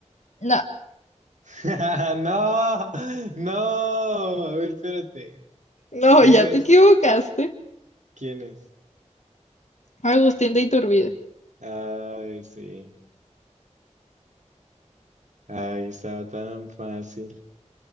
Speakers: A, on the left; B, on the right.
A: No,
B: <laughs> No, no. A ver, espérate.
A: no,
B: Es...
A: ya te equivocaste.
B: ¿Quién es?
A: Agustín de Iturbide.
B: Ay, sí. Ay, estaba tan fácil.